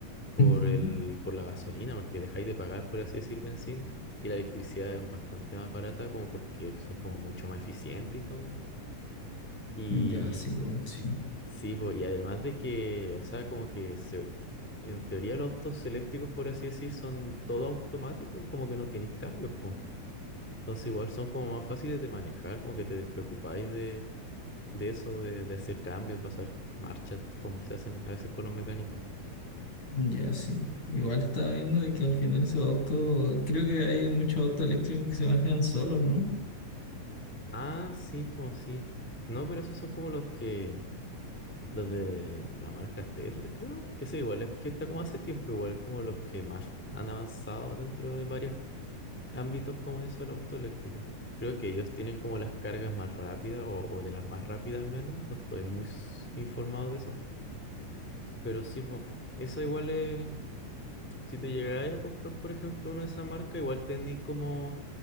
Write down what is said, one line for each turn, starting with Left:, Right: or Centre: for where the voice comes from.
Centre: por
Left: Ujú.
Centre: el, por la gasolina, porque dejáis de pagar, por así decir, bencina, y la electricidad es bastante más barata como porque son como mucho más eficientes y todo. Y
Left: Ya, sí, igual sí.
Centre: sí, po, y además de que, o sea, como que se, en teoría los autos eléctricos, por así decir, son todo automáticos, como que no tenéis cambios, pues. Entonces igual son como más fáciles de manejar, como que te despreocupáis de eso, de, de hacer cambios, pasar marchas, como se hacen a veces con los mecánicos.
Left: Ya, sí. Igual estaba viendo de que al final esos autos, creo que hay muchos autos eléctricos que se manejan solos, ¿no?
Centre: Ah, sí, pues sí. No, pero esos son como los que, los de la marca Tesla, creo, que eso igual es que está como hace tiempo, igual como los que más han avanzado dentro de varios ámbitos como eso del auto eléctrico. Creo que ellos tienen como las cargas más rápidas o, o de las más rápidas al menos, no estoy muy s- informado de eso, pero sí, pues, esa igual es, Si te llegáis a comprar, por ejemplo, uno de esa marca, igual tenéis como